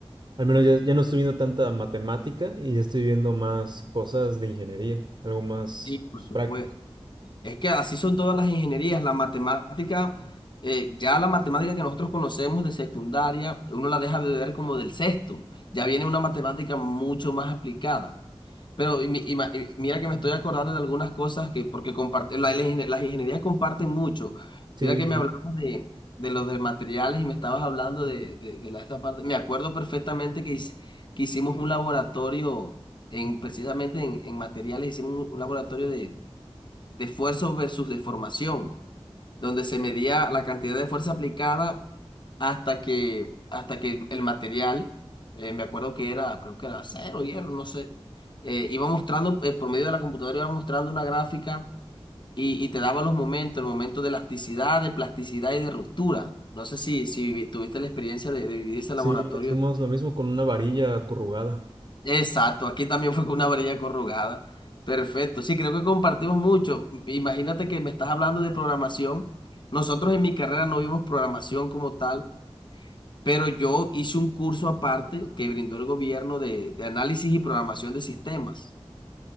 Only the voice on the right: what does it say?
al menos ya, ya no estoy viendo tanta matemática y ya estoy viendo más cosas de ingeniería, algo más
pues,
práctico.
Sí,
sí,
sí.
Sí,
le hicimos lo mismo con una varilla acurrugada.